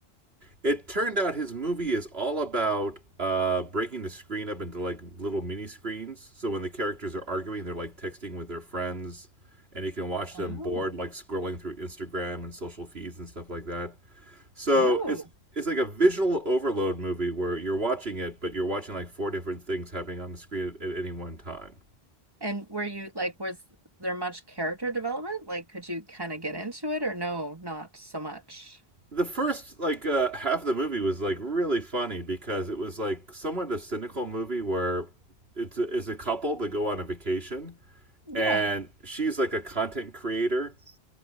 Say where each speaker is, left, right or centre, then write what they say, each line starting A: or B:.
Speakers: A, on the right (about 75°); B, on the right (about 20°).
A: It turned out his movie is all about uh, breaking the screen up into like little mini screens. So when the characters are arguing, they're like texting with their friends, and you can watch them
B: Oh,
A: bored, like scrolling through Instagram and social feeds and stuff like that. So
B: oh.
A: it's it's like a visual overload movie where you're watching it, but you're watching like four different things happening on the screen at, at any one time.
B: And were you like, was there much character development? Like, could you kind of get into it or no, not so much?
A: The first like uh, half of the movie was like really funny because it was like somewhat a cynical movie where it's a, it's a couple that go on a vacation
B: Yeah.
A: and she's like a content creator